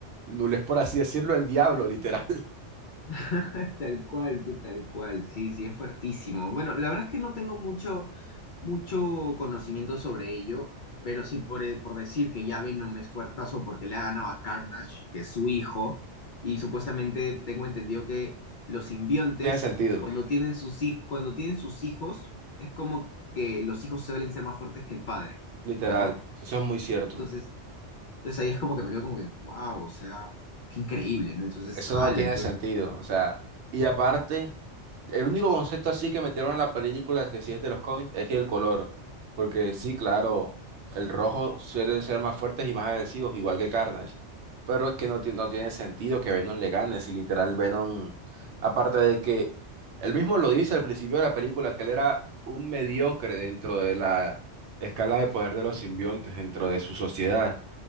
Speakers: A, on the right; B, on the left.
A: Null es por así decirlo el diablo, literal.
B: <laughs> Tal cual, pues, tal cual, sí, sí, es fuertísimo. Bueno, la verdad es que no tengo mucho mucho conocimiento sobre ello, pero sí por, eh, por decir que ya Venom es fuertazo porque le ha ganado a Carnage, que es su hijo, y supuestamente tengo entendido que los simbiontes,
A: <laughs> Tiene sentido,
B: cuando tienen sus, hij- cuando tienen sus hijos, es como que los hijos suelen ser más fuertes que el padre,
A: literal,
B: ¿verdad?
A: eso es muy cierto.
B: Entonces, entonces ahí es como que me quedo como que, wow, o sea, qué increíble, ¿no? Entonces,
A: Eso
B: ala,
A: no tiene
B: entonces,
A: sentido, o sea, y aparte... El único concepto así que metieron en la película es que sí es de los cómics, es que el color. Porque sí, claro, el rojo suele ser más fuertes y más agresivos, igual que Carnage. Pero es que no, ti- no tiene sentido que Venom le gane, si literal Venom, aparte de que él mismo lo dice al principio de la película, que él era un mediocre dentro de la escala de poder de los simbiontes, dentro de su sociedad.